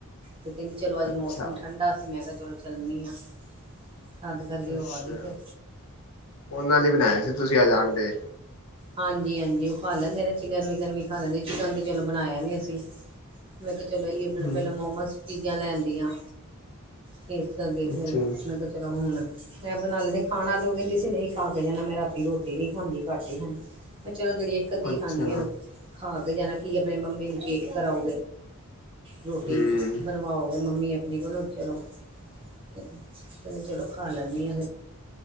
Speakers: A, on the right; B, on the left.
A: ਤੇ ਓ ਕਹਿੰਦੀ ਚਲੋ ਅੱਜ
B: ਅੱਛਾ
A: ਮੌਸਮ ਠੰਢਾ ਸੀ ਮੈਂ ਕਿਹਾ ਚਲੋ ਚੱਲਣੀ ਆ ਤਦ ਕਰਕੇ
B: ਅੱਛਾ,
A: ਉਹ ਆ ਗਈ ਫਿਰ
B: ਉਹਨਾਂ ਲਈ ਬਣਾਏ ਸੀ ਤੁਸੀਂ ਅੱਜ ਆਂਡੇ।
A: ਹਾਂਜੀ-ਹਾਂਜੀ, ਉਹ ਖਾ ਲੈਂਦੇ ਨੇ ਚਿਕਨ ਵਿਕਨ ਵੀ ਖਾ ਲੈਂਦੇ ਚਿਕਨ ਤੇ ਚਲੋ ਬਣਾਇਆ ਨੀ ਅਸੀਂ ਮੈਂ ਕਿਹਾ ਚਲੋ ਏ ਓ
B: ਹਮ
A: ਪਹਿਲਾਂ ਮੋਮੋਸ ਚੀਜ਼ਾਂ ਲੈਂਦੀਆਂ ਫੇਰ ਅੱਗੇ
B: ਅੱਛਾ
A: ਫੇਰ ਮੈਂ ਕਿਹਾ ਚਲੋ ਹੁਣ ਮੈਂ ਬਣਾ ਲੈਂਦੀ ਖਾਣਾ ਤੇ ਉਹ ਕਹਿੰਦੀ ਸੀ ਨਹੀਂ ਖਾ ਕੇ ਜਾਣਾ ਮੈਂ ਰਾਤੀ ਰੋਟੀ ਨੀ ਖਾਂਦੀ ਘੱਟ ਹੀ ਆ। ਮੈ ਚਲੋ ਜਿਹੜੀ ਇੱਕ ਅੱਧੀ
B: ਅੱਛਾ
A: ਖਾਣੀ ਆ ਖਾ ਕੇ ਜਾਣਾ ਕੀ ਆਪਣੇ ਮੰਮੀ ਨੂੰ ਠੀਕ ਕਰਾਓ। ਰੋਟੀ
B: ਹਮ
A: ਬਣਵਾਓਗੇ ਮੰਮੀ ਆਪਣੇ ਕੋਲੋਂ ਚਲੋ। ਫੇਰ ਚਲੋ ਖਾ ਲੈਂਦੀ ਆ